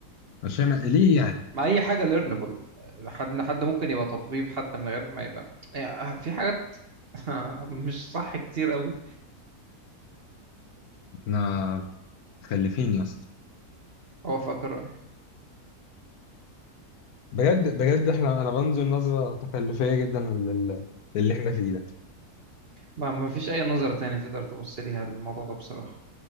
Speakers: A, on the left (about 75°); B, on the right (about 45°).
A: عشان ما- ليه يعني
B: مع أي حاجة ليرنبل حد حد ممكن يبقى طبيب حتى من غير ما يبقى يعني في حاجات <laughs> مش صح كتير قوي
A: احنا متخلفين يا اسطى
B: اوافقك الرأي
A: بجد بجد احنا انا بنزل نظره تكلفيه جدا لل... للي احنا فيه ده
B: ما ما فيش اي نظرة تانية تقدر تبص ليها الموضوع ده بصراحة